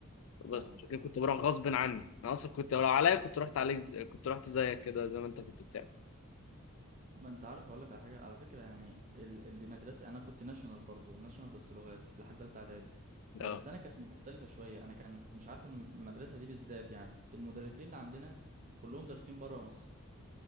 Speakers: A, on the right; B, on the left.
A: فاهمك
B: بس عشان كده
A: اه
B: كنت بروح غصب عني انا اصلا كنت لو عليا كنت رحت عليك ز- كنت رحت زيك كده زي ما انت كنت بتعمل
A: ما انت عارف اقول لك على حاجه على فكره يعني ال... ال... دي مدرسه انا كنت ناشونال برضو ناشونال بس لغات لحد ثالثه اعدادي بس
B: اه
A: انا كانت مختلفه شويه انا كان مش عارف الم- المدرسه دي بالذات يعني المدرسين اللي عندنا كلهم دارسين بره مصر